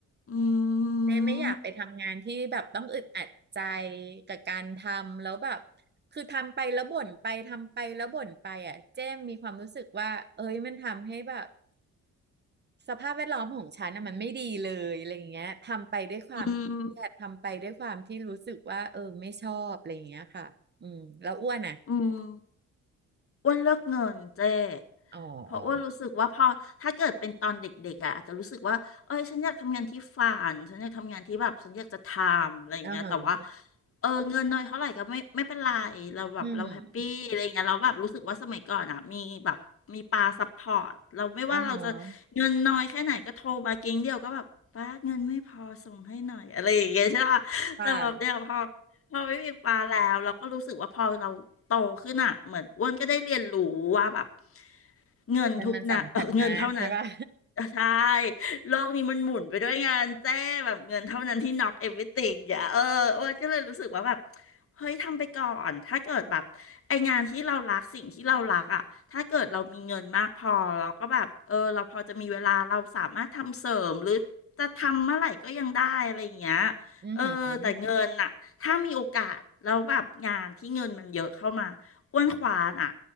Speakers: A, on the left; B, on the right.
A: อื
B: เจ๊ไม่อยากไปทำงานที่แบบต้องอึดอัดใจ
A: ม
B: กับการทำแล้วแบบคือทำไปแล้วบ่นไปทำไปแล้วบ่นไปอ่ะเจ๊มีความรู้สึกว่าเอ้ยมันทำให้แบบสภาพแวดล้อมของฉันน่ะมันไม่ดีเลยอะไรอย่างเงี้ยทำไปด้วยความเครียดทำไปด้วยความที่รู้สึกว่าเออไม่ชอบอะไรอย่างเงี้ยค่ะอืมแล้วอ้วนอ่ะ
A: อืมอืม อ้วนเลือกเงินเจ้
B: อ๋อ
A: เพราะอ้วนรู้สึกว่าพอถ้าเกิดเป็นตอนเด็กๆอ่ะอาจจะรู้สึกว่า เอ้ยฉันอยากทำงานที่ฝันฉันอยากทำงานที่แบบฉันอยากจะทำอะไรอย่างเงี้ยแต่ว่า
B: อ่าฮะ
A: เออเงินน้อยเท่าไหร่ก็ไม่ไม่เป็นไรเราแบบเราแฮปปี้อะไรอย่างเงี้ยเราแบบรู้สึกว่าสมัยก่อนอ่ะมีแบบมีปาซัพพอร์ตเราไม่ว่าเราจะเงินน้อยแค่ไหนก็โทรมาเก๊งเดียวก็แบบป้าเงินไม่พอส่งให้หน่อยอะไรอย่างเงี้ยใช่ปะแต่แบบเดี๋ยวพอ
B: อืมอ่าฮะค่ะ
A: เราไม่มีปลาแล้วเราก็รู้สึกว่าพอเราโตขึ้นอ่ะเหมือนอ้วนก็ได้เรียนรู้ว่าแบบ เงินทุกนะเออ
B: แต่มันสำคัญมากใช่ป่ะ
A: <laughs> เงินเท่านั้นใช่โลกนี้มันหมุนไปด้วยงานแจ้แบบเงินเท่านั้นที่ knock everything อย่าเอออ้วนก็เลยรู้สึกว่าแบบเฮ้ยทำไปก่อน ถ้าเกิดแบบไองานที่เรารักสิ่งที่เรารักอ่ะถ้าเกิดเรามีเงินมากพอเราก็แบบเออเราพอจะมีเวลาเราสามารถทำเสริมหรือจะทำเมื่อไหร่ก็ยังได้อะไรอย่างเงี้ย
B: <laughs> อือหือ
A: เออแต่เงินน่ะถ้ามีโอกาสแล้วแบบงานที่เงินมันเยอะเข้ามาอ้วนขวานะ